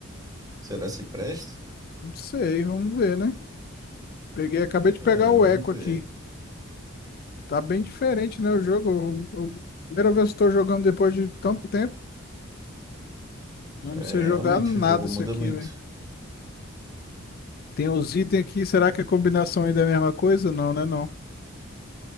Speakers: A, on the right; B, on the left.
A: Será se presta?
B: Não sei, vamos ver, né? Peguei, acabei de
A: É,
B: pegar o
A: vamos
B: Echo
A: ver.
B: aqui. Tá bem diferente, né, o jogo. Eu- eu- primeira vez que estou jogando depois de tanto tempo. Eu
A: É,
B: não sei jogar
A: realmente,
B: nada
A: o jogo
B: isso
A: muda
B: aqui,
A: muito.
B: velho. Tem os itens aqui, será que a combinação ainda é a mesma coisa? Não, né, não.